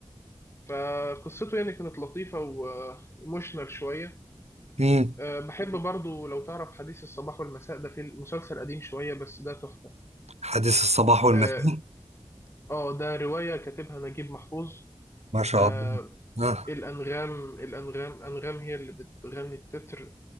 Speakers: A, on the left (about 25°); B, on the right (about 75°).
A: فقصته يعني كانت لطيفة وموشنال شوية
B: امم
A: أه، بحب برضو لو تعرف حديث الصباح والمساء ده في مسلسل قديم شوية بس ده تحفة
B: حديث الصباح والمساء
A: اه آه، ده رواية كاتبها نجيب محفوظ
B: ما شاء
A: أه
B: الله اه
A: الأنغام الأنغام أنغام هي اللي بتغني التتر